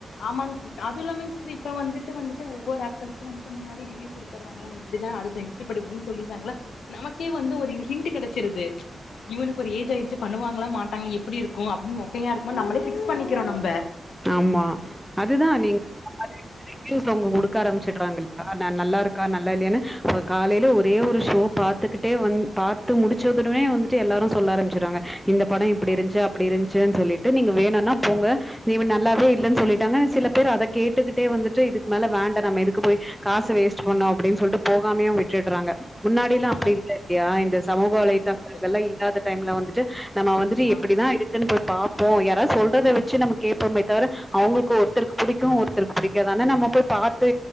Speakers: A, on the left; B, in the centre.
A: ஆமாங் சிஸ் அதுயிலாமிங் சிஸ் இப்ப வந்துட்டு வந்துட்டு ஒவ்வொரு ஆக்டர்ஸ்சும் வந்துட்டு முன்னாடி ரிவ்யூ குடுத்துறாங்கலா இப்டி தான் அடுது நெக்ஸ்டு படிப்பனு சொல்லிரங்களா நமக்கே வந்து ஒரு இது ஹிண்ட் கிடைச்சிருது இவனுக்கு ஒரு ஏஜ் ஆயிடுச்சு பண்ணுவாங்களா மாட்டாங்களா எப்படி இருக்கும் அப்படின்னு மொட்டையா இருக்குமா நம்மளே பிக்ஸ் பண்ணிக்கிறோம் நம்ம
B: ஆமா அதுதான் நீங்க <unintelligible> க்க ஆரம்பிச்சுடுறாங்க இல்லையா நான் நல்லா இருக்கா நல்லா இல்லையன்னு காலில ஒரே ஒரு ஷோ பாத்துக்கிட்டே வந்து பாத்து முடிச்சதுமே வந்துட்டு எல்லாரும் சொல்ல அரமிச்றாங்க இந்த படம் இப்டி
A: ஆமா
B: இருச்சு அப்டி இருந்துச்சுனுன் சொல்லி த்த நீங்க வேணனா போங்க நீவு நல்லாவே இலன்னு சொல்லிட்டாங்க சில பேர் அத கேட்டுக்கிட்டே வந்துட்டு இதுக்கு மேல வேண்ட நம்ம இதுக்கு போய் காசு வேஸ்ட் பண்ணோம் அப்டின்னு சொல்லிட்டு போகாமே விட்டுடுறாங்க முன்னாடியெல்லாம்
A: ஆமா
B: அப்படி இல்லை இல்லையா இந்த சமூக
A: ஆமாங்க
B: வலைதங்கள்
A: சிஸ்டர்
B: இதெல்லாம் இல்லாத டைம்ல வந்துட்டு நம்ம வந்துட்டு
A: ஆ
B: எப்படிதான் இருக்குன்னு பாப்போம் யாராவது சொல்றதைவச்சு நம்ம கேட இப்பமே தவிர அவங்களுக்கு ஒருத்தருக்கு பிடிக்கும் ஒருத்தருக்கு பிடிக்காது ஆனா நம்ம போய் பாத்து